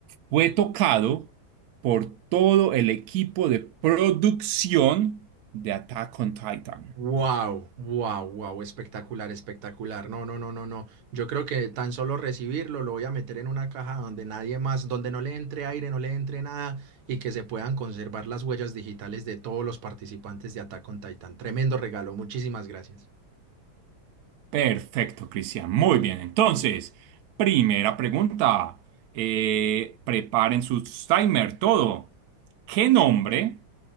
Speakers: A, on the right; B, on the right.
A: fue tocado por todo el equipo de producción de Attack on Titan.
B: Wow, wow, wow, espectacular, espectacular. No, no, no, no, no. Yo creo que tan solo recibirlo lo voy a meter en una caja donde nadie más, donde no le entre aire, no le entre nada y que se puedan conservar las huellas digitales de todos los participantes de Attack on Titan. Tremendo regalo, muchísimas gracias.
A: Perfecto, Cristian. Muy bien. Entonces, primera pregunta. Eh, preparen sus timer, todo. ¿Qué nombre?